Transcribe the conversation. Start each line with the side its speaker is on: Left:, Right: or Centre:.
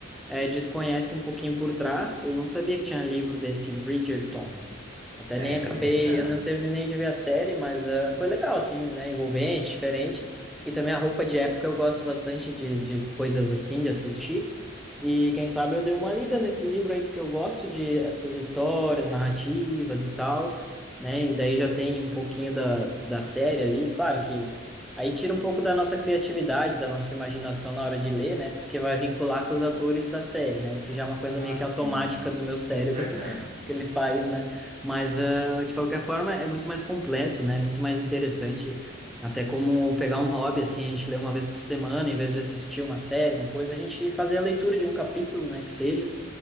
Centre: é, desconhece um pouquinho por trás. Eu não sabia que tinha livro desse Bridgerton. Até
Right: É,
Centre: nem acabei,
Right: cara,
Centre: eu não terminei de ver a série, mas eh, foi legal, assim, né? Envolvente, diferente. E também a roupa de época eu gosto bastante de, de coisas assim, de assistir. E quem sabe eu dei uma lida nesse livro aí, porque eu gosto de essas histórias, narrativas e tal, né? E daí já tem um pouquinho da, da série ali. Claro que aí tira um pouco da nossa criatividade, da nossa imaginação na hora de ler, né? Porque vai vincular com os atores da série, né? Isso já é uma coisa
Right: assim,
Centre: meio que automática do meu cérebro
Right: verdade.
Centre: <laughs> que ele faz, né? Mas, ah, de qualquer forma, é muito mais completo, né? Muito mais interessante. Até como pegar um hobby, assim, a gente lê uma vez por semana, em vez de assistir uma série, uma coisa, a gente fazer a leitura de um capítulo, né? Que seja,